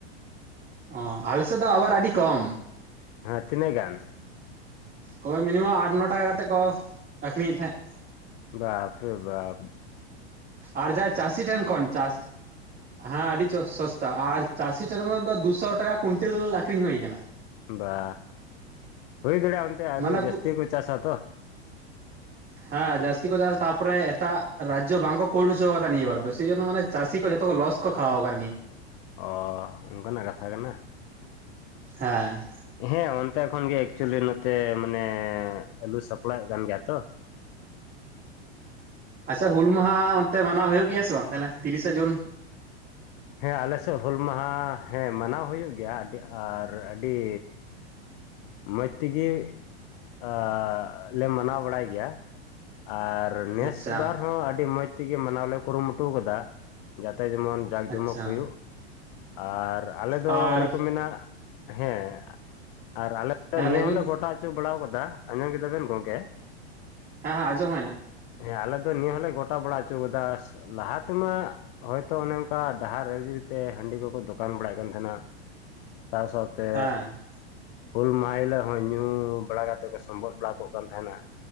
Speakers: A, on the right; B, on the left.
A: ᱚ ᱟᱞᱮ ᱥᱮᱫ ᱫᱚ ᱟᱵᱟᱨ ᱟᱹᱰᱤ ᱠᱚᱢᱼᱼ
B: ᱦᱮᱸ ᱛᱤᱱᱟᱹᱜ ᱜᱟᱱ
A: ᱦᱳᱭ ᱢᱤᱱᱤᱢᱟᱢ ᱟᱴ ᱱᱚ ᱴᱟᱠᱟ ᱠᱟᱛᱮᱫ ᱠᱚ ᱟᱹᱠᱷᱨᱤᱧ ᱮᱫ ᱛᱟᱦᱮᱸᱫ
B: ᱵᱟᱯ ᱨᱮ ᱵᱟᱯᱼᱼ
A: ᱟᱨ ᱡᱟ ᱪᱟᱹᱥᱤ ᱴᱷᱮᱱ ᱠᱷᱚᱱ ᱪᱟᱥᱼᱼ ᱦᱮᱸ ᱟᱹᱰᱤ ᱥᱚᱥᱛᱟ ᱟᱨ ᱪᱟᱹᱥᱤ ᱴᱷᱮᱱ ᱠᱷᱚᱱ ᱫᱚ ᱫᱩᱥᱚ ᱴᱟᱠᱟ ᱠᱩᱭᱱᱴᱮᱞ ᱟᱠᱷᱨᱤᱧ ᱦᱩᱭ ᱠᱟᱱᱟ
B: ᱵᱟ ᱦᱩᱭ ᱫᱟᱲᱮᱭᱟᱜᱼᱟ ᱚᱱᱛᱮ ᱟᱹᱞᱩ
A: ᱢᱟᱱᱮ
B: ᱡᱟᱹᱥᱛᱤ ᱠᱚ ᱪᱟᱥᱟ ᱛᱚ
A: ᱦᱮᱸ ᱡᱟᱹᱥᱛᱤ ᱠᱚ ᱪᱟᱥ ᱛᱟᱨᱯᱚᱨ ᱮᱴᱟᱜ ᱨᱟᱡᱽᱡᱚ ᱵᱟᱝ ᱠᱚ ᱠᱳᱞ ᱦᱚᱪᱚ ᱠᱟᱫᱟ ᱱᱤᱭᱟᱹ ᱵᱟᱨ ᱫᱚ ᱥᱮᱭ ᱡᱚᱱ ᱢᱟᱱᱮ ᱪᱟᱹᱥᱤ ᱠᱚ ᱡᱷᱚᱛᱚ ᱠᱚ ᱞᱚᱥ ᱠᱚ <unintelligible>
B: ᱚ ᱚᱝᱠᱟᱱᱟᱜ ᱠᱟᱛᱷᱟ ᱠᱟᱱᱟ
A: ᱦᱮᱸ
B: ᱦᱮᱸ ᱚᱱᱛᱮ ᱠᱷᱚᱱ ᱜᱮ ᱮᱠᱪᱩᱭᱮᱞᱤ ᱱᱚᱛᱮ ᱢᱟᱱᱮ ᱟᱹᱞᱩ ᱥᱟᱯᱞᱟᱭᱚᱜ ᱠᱟᱱ ᱜᱮᱭᱟ ᱛᱚ
A: ᱟᱪᱪᱷᱟ ᱦᱩᱞ ᱢᱟᱦᱟ ᱚᱱᱛᱮ ᱢᱟᱱᱟᱣ ᱦᱩᱭᱩᱜ ᱜᱮᱭᱟ ᱥᱮ ᱵᱟᱝ ᱛᱟᱦᱞᱮ ᱛᱤᱨᱤᱥᱟ ᱡᱩᱱ
B: ᱦᱮᱸ ᱟᱞᱮ ᱥᱮᱫ ᱦᱩᱞ ᱢᱟᱦᱟ ᱦᱮᱸ ᱢᱟᱱᱟᱣ ᱦᱩᱭᱩᱜ ᱜᱮᱭᱟ ᱟᱹᱰᱤ ᱟᱨ ᱟᱹᱰᱤᱼᱼ ᱢᱚᱡᱽ ᱛᱮᱜᱮ ᱟᱻ ᱞᱮ ᱢᱟᱱᱟᱣ ᱵᱟᱲᱟᱭ ᱜᱮᱭᱟ ᱟᱨᱼᱼ ᱟᱨ ᱱᱮᱥ
A: ᱟᱪᱪᱷᱟ
B: ᱵᱟᱨ ᱦᱚᱸ ᱟᱹᱰᱤ ᱢᱚᱸᱡᱽ ᱛᱮᱜᱮ ᱢᱟᱱᱟᱣ ᱞᱮ ᱠᱩᱨᱩᱢᱩᱴᱩ ᱟᱠᱟᱫᱟ ᱡᱟᱛᱮ ᱡᱮᱢᱚᱱ ᱡᱟᱠ ᱡᱚᱢᱚᱠ
A: ᱟᱪᱪᱷᱟ
B: ᱦᱩᱭᱩᱜ ᱟᱨ ᱟᱞᱮ ᱫᱚ
A: ᱟᱨ
B: ᱚᱱᱮ ᱠᱚ ᱢᱮᱱᱟᱜ ᱦᱮᱸ ᱟᱨ ᱟᱞᱮ
A: ᱦᱮᱸ
B: ᱱᱤᱭᱟᱹ
A: ᱞᱟᱹᱭ ᱵᱤᱱ
B: ᱦᱚᱞᱮ ᱜᱚᱴᱟ ᱦᱚᱪᱚ ᱵᱟᱲᱟ ᱟᱠᱟᱫᱟ ᱟᱸᱡᱚᱢ ᱠᱮᱫᱟ ᱵᱮᱱ ᱜᱚᱝᱠᱮ
A: ᱦᱮᱸ ᱦᱮᱸ ᱚᱸᱡᱚᱢ ᱦᱩᱭᱱᱟ
B: ᱦᱮᱸ ᱟᱞᱮ ᱫᱚ ᱱᱤᱭᱟᱹ ᱦᱚᱸᱞᱮ ᱜᱚᱴᱟ ᱵᱟᱲᱟ ᱦᱚᱪᱚ ᱠᱟᱫᱟ ᱞᱟᱦᱟ ᱛᱮᱢᱟ ᱦᱚᱭᱛᱚ ᱚᱱᱮ ᱚᱱᱠᱟ ᱰᱟᱦᱟᱨ ᱟᱲᱨᱤ ᱛᱮ ᱦᱟᱺᱰᱤ ᱠᱚᱠᱚ ᱫᱚᱠᱟᱱ ᱵᱟᱲᱟᱭ ᱮᱫ ᱠᱟᱱ ᱛᱟᱦᱮᱱᱟ ᱥᱟᱶ ᱥᱟᱶᱼᱼ ᱛᱮ
A: ᱦᱮᱸ
B: ᱦᱩᱞ ᱢᱟᱦᱟ ᱦᱤᱞᱳᱜ ᱦᱚᱸ ᱧᱩ ᱵᱟᱲᱟ ᱠᱟᱛᱮᱫ ᱠᱚ ᱥᱚᱢᱵᱚᱫ ᱵᱟᱲᱟ ᱠᱚᱜ ᱠᱟᱱ ᱛᱟᱦᱮᱱᱟ